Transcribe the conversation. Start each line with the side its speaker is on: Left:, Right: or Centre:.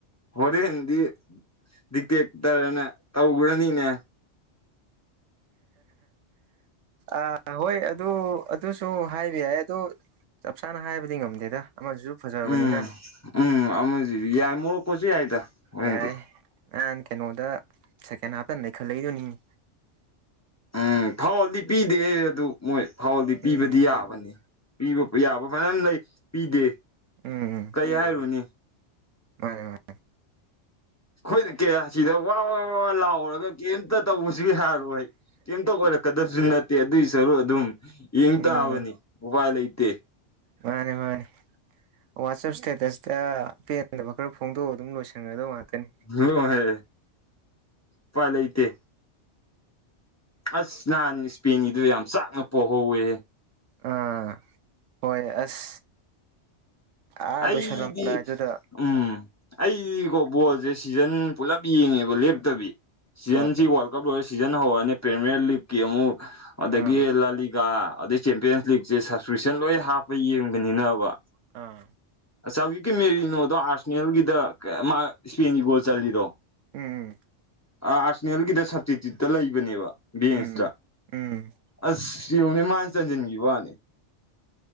Left: ꯍꯣꯔꯦꯟꯗꯤ ꯗꯤꯛꯇꯦꯛꯇꯔꯅ ꯇꯧꯒ꯭ꯔꯅꯤꯅꯦ
Right: ꯑ ꯍꯣꯏ ꯑꯗꯣ ꯑꯗꯨꯁꯨ ꯍꯥꯏꯕ ꯌꯥꯏ ꯑꯗꯨ ꯆꯞ ꯆꯥꯅ ꯍꯥꯏꯕꯗꯤ ꯉꯝꯗꯦꯗ ꯑꯃꯁꯨꯁꯨ ꯐꯖꯕꯅꯤꯅ
Left: ꯎꯝ ꯎꯝ ꯑꯃꯖꯤꯖꯨ ꯌꯥ ꯃꯣꯔꯣꯀꯣ ꯖꯨ ꯌꯥꯏꯗ ꯍꯣꯔꯦꯟꯗꯤ
Right: ꯌꯥꯏ ꯅꯍꯥꯟ ꯀꯩꯅꯣꯗ ꯁꯦꯀꯦꯟ ꯍꯥꯞꯇ ꯅꯩꯈꯠꯂꯛꯏꯗꯨꯅꯤꯅꯦ
Left: ꯎꯝ ꯐꯥꯎꯜꯗꯤ ꯄꯤꯗꯦꯌꯦ ꯑꯗꯨ ꯃꯣꯏ ꯐꯥꯎꯜꯗꯤ ꯄꯤꯕꯗꯤ
Right: ꯎꯝ
Left: ꯌꯥꯕꯅꯤ ꯄꯤꯕ ꯌꯥꯕ ꯃꯔꯝ ꯂꯩ ꯄꯤꯗꯦ
Right: ꯎꯝ ꯎꯝ
Left: ꯀꯩ ꯍꯥꯏꯔꯨꯅꯤ
Right: ꯃꯥꯅꯦ ꯃꯥꯅꯦ
Left: ꯑꯩꯈꯣꯏ ꯀꯌꯥ ꯁꯤꯗ ꯋꯥ ꯋꯥ ꯋꯥ ꯂꯥꯎꯔꯒ ꯀꯩꯝꯇ ꯇꯧꯕꯁꯨ ꯌꯥꯔꯣꯏ ꯀꯩꯝꯇ ꯑꯣꯏꯔꯛꯀꯗꯕꯁꯨ ꯅꯠꯇꯦ ꯑꯗꯨꯏ ꯁꯔꯨꯛ ꯑꯗꯨꯝ ꯌꯦꯡ
Right: ꯎꯝ
Left: ꯇꯥꯕꯅꯤ ꯎꯄꯥꯏ ꯂꯩꯇꯦ
Right: ꯃꯥꯅꯦ ꯃꯥꯅꯦ ꯋꯥꯠꯆꯞ ꯁ꯭ꯇꯦꯇꯁꯇ ꯄꯦ <unintelligible> ꯈꯔ ꯐꯣꯡꯗꯣꯛꯑꯒ ꯑꯗꯨꯝ ꯂꯣꯏꯁꯤꯟꯒ꯭ꯔꯗꯕ ꯉꯥꯛꯇꯅꯤ
Left: ꯍꯂꯣ ꯍꯦꯏꯔꯛꯑꯦ ꯎꯄꯥꯏ ꯂꯩꯇꯦ ꯑꯁ ꯅꯍꯥꯟ ꯏꯁꯄꯦꯟꯒꯤꯗꯨ ꯌꯥꯝ ꯆꯥꯛꯅ ꯄꯣꯛꯍꯧꯋꯦ
Right: ꯑꯥ ꯍꯣꯏ ꯑꯁ ꯑꯥ
Left: ꯑꯩꯗꯤ
Right: ꯂꯣꯏꯁꯜꯂꯝꯗꯥꯏꯗꯨꯗ
Left: ꯎꯝ ꯑꯩꯗꯤꯀꯣ ꯕꯣꯜꯁꯦ ꯁꯤꯖꯟ ꯄꯨꯂꯞ ꯌꯦꯡꯉꯦꯕ ꯂꯦꯞꯇꯕꯤ ꯁꯤꯖꯟꯁꯤ
Right: ꯍꯣꯏ
Left: ꯋꯥꯔꯜ ꯀꯞ ꯂꯣꯏꯔꯒ ꯁꯤꯖꯟ ꯍꯧꯔꯅꯤ ꯄ꯭ꯔꯤꯃꯤꯌꯔ ꯂꯤꯒ ꯀꯦꯃꯨ ꯑꯗꯒꯤ
Right: ꯑꯥ
Left: ꯂꯥꯂꯤꯒꯥ ꯑꯗꯩꯩ ꯆꯦꯝꯄꯤꯌꯟꯁ ꯂꯤꯛꯁꯦ ꯁꯕꯁꯀ꯭ꯔꯤꯞꯁꯟ ꯂꯣꯏ ꯍꯥꯞꯄ ꯌꯦꯡꯕꯅꯤꯅꯕ
Right: ꯑꯥ
Left: ꯑꯆꯥꯎꯋꯤꯀꯦ ꯃꯦꯔꯤꯅꯣꯗꯣ ꯑꯥꯔꯁꯅꯦꯜꯒꯤꯗ ꯀꯩ ꯃꯥ ꯏꯁꯄꯦꯟꯒꯤ ꯒꯣꯜ ꯆꯜꯂꯤꯗꯣ
Right: ꯎꯝꯝ
Left: ꯑꯥ ꯑꯥꯔꯁꯅꯦꯜꯒꯤꯗ ꯁꯇꯤꯇ꯭ꯌꯨꯠꯇ ꯂꯩꯕꯅꯦꯕ ꯕꯦꯟꯁꯇ
Right: ꯎꯝ ꯎꯝ
Left: ꯑꯁ ꯌꯦꯡꯉꯨꯅꯦ ꯃꯥꯅ ꯆꯟꯖꯤꯟꯒꯤꯕ ꯋꯥꯅꯦ